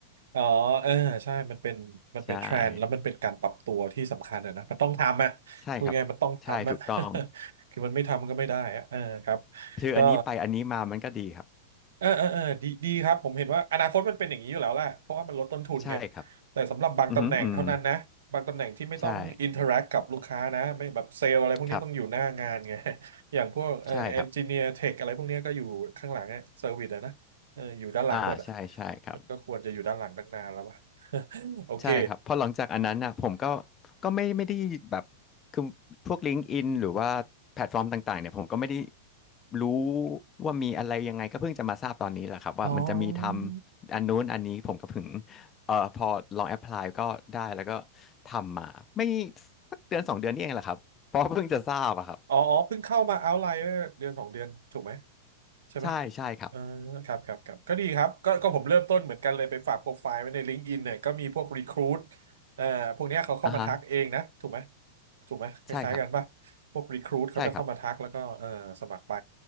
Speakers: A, on the right; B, on the left.
A: อ๋อเออใช่มันเป็นมันเป็นเทรนด์แล้วมันเป็นการปรับตัวที่สำคัญอะนะมันต้องทำอะพูดง่ายๆมันต้องทำอะ
B: ใช่ใช่ครับใช่ถูกต้อง
A: <laughs> คือมันไม่ทำก็ไม่ได้อะเออครับ
B: คืออันนี้ไปอันนี้มามันก็ดีครับ
A: ก็ เออเออเออดีดีครับผมเห็นว่าอนาคตมันเป็นอย่างนี้อยู่แล้วแหละเพราะว่ามันลดต้นทุนไง
B: ใช่ครับ
A: แต่สำหรับบางตำแหน่งเท่านั้นนะบางตำแหน่งที่ไม่ต้องอินเทอร์แอคกับลูกค้านะไม่แบบเซลล์อะไรพวกนี้ต้องอยู่หน้างานไง
B: อือหืออืมใช่ครับ
A: <laughs> อย่างพวกเออเอนจิเนียร์เทคอะไรพวกนี้ก็อยู่ข้างหลังอะเซอร์วิสอะนะเอออยู่ด้านหลังหมดอะ
B: ใช่ครับอ่าใช่ใช่ครับ
A: มันก็ควรจะอยู่ด้านหลังตั้งนานแล้ววะ <laughs> โอเค
B: ใช่ครับพอหลังจากอันนั้นน่ะผมก็ก็ไม่ไม่ได้แบบคือพวกลิ n ก์อินหรือว่าแพลตฟอร์มต่างๆเนี่ยผมก็ไม่ได้รู้ว่ามีอะไรยังไงก็เพิ่งจะมาทราบตอนนี้แหละครับว่ามันจะมีทำอันนู้นอันนี้ผมก็เพิ่ง
A: อ๋อ
B: เอ่อพอลองแอพพลายก็ได้แล้วก็ทำมาไม่สักเดือนสองเดือนนี่เองแหละครับเพราะเพิ่งจะทราบอะครับ
A: อ๋ออ๋อเพิ่งเข้ามา Outlier เดือนสองเดือนถูกไหมใช่ไหม
B: ใช่ใช่ครับ
A: อ่าครับครับครับก็ดีครับก็ก็ผมเริ่มต้นเหมือนกันเลยไปฝากโปรไฟล์ไว้ใน LinkedIn เนี่ยก็มีพวก Recruit เอ่อพวกเนี้ยเขาเข้ามาทักเองนะถูกไหม
B: อ่าฮะ
A: ถูกไหมคล้ายๆกันป่ะพวก
B: ใช่ครับ
A: Recruit เขาจะเข้ามาทักแล้วก็เอ่อสมัครไป
B: ใช่ครับ